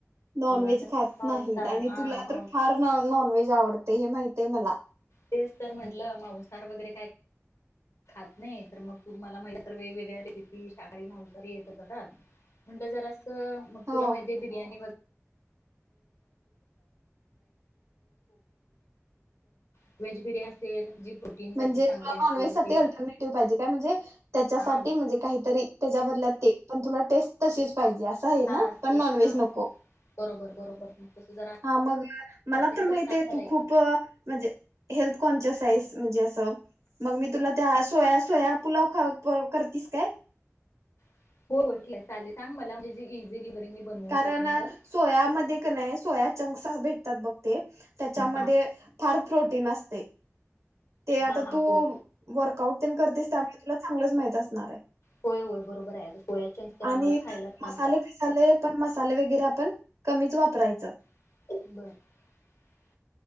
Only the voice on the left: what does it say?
असं
मांसाहार
हा
मां
तेच तर म्हंटलं मांसाहार वगैरे काय खात नाही तर मग तुम्हाला म्हटलं तर वेगवेगळ्या रेसिपि, शाकाहारी मांसाहारी येतच असतात म्हण जर अस मग
तुला माहिती आहे बिर्याणी. <unintelligible> वेज बिर्याणी असेल जी प्रोटीन साठी
चांगली
असेल
ते
हा
हा सेम
हा
बरोबर बरोबर मग तसं जरा
असेल
सांग
मला
एखादी
<unintelligible>
शकेन असं
हा
हा हा
होय
होय होय बरोबर आहे अगं सोया चंक्स तर आम्हाला
खायलाच सांगतात
<inaudible>